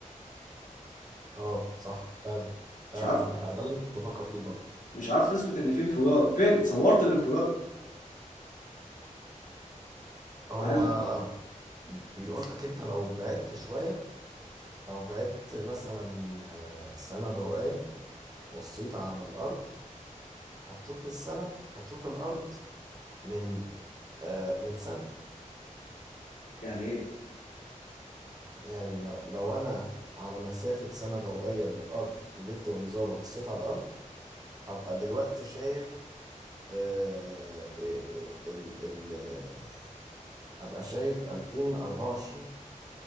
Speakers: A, on the right (about 30°); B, on the left (about 70°).
A: اه صح فعلا
B: مش
A: فعلا
B: عارف
A: عندك حق ده اللي أنا كنت بفكر فيه برضه
B: مش عارف تثبت ان في انفجار فين صورت الانفجار
A: هو
B: هل
A: بيقول لك أنت لو بعدت شوية لو بعدت مثلا آه، سنة ضوئية بصيت على الأرض هتشوف السنة هتشوف الأرض من آه، من سنة
B: يعني ايه
A: يعني ل- لو أنا على مسافة سنة ضوئية من الأرض وجبت منظار وبصيت على الأرض هبقى دلوقتي شايف آه، آه، ال ال آه، هبقى شايف 2024